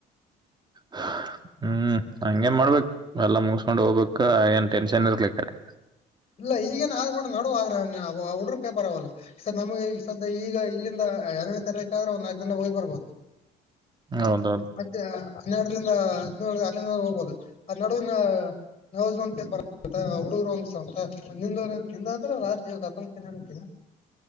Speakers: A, on the right (about 25°); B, on the left (about 40°).
A: ಹಾ..... ಹ್ಮ್ ಹಂಗೆ ಮಾಡ್ಬೇಕು ಎಲ್ಲ ಮುಗಿಸಸ್ಕೊಂಡ್ ಹೋಗ್ಬೇಕಕ್ ಏನ್ ಟೆನ್ಷನ್ ಇರ್ಲಿ ಕಡೆ
B: ಇಲ್ಲ ಈಗೇನ ಆದ್ಬೂಡ ನೋಡ ಆದ್ರ ಹಡ್ರ ಪೇಪರ್ ಅವಲ್ಲ ನಮ್ಗೆ ಸ ಈಗ ಇಲ್ಲಿಂದ ಎರಡನೇ ತಾರೀಕು ಆದ್ರೆ ಒಂದು ನಾಲ್ಕಕ್ ದಿನ ಹೋಗ್ ಬರ್ಬೋದು
A: ಹೌದೌದು
B: ಮತ್ತೆ ಹನ್ನೆರಡ್ಲಂದ ಹದಿನೇಳ ಆಗ್ಲ ಹೋಗಬಹುದು ಆದ ನಡುವಿನ ನ <unintelligible> ಹುಡುಗರು ಒಂದ ನಿಂದ ಅಂತ್ರ ಲಾಸ್ಟ್ ಇವ ಹಾತೊಬ್ಬತ್ತು ದಿನ ಇರಬೇಕ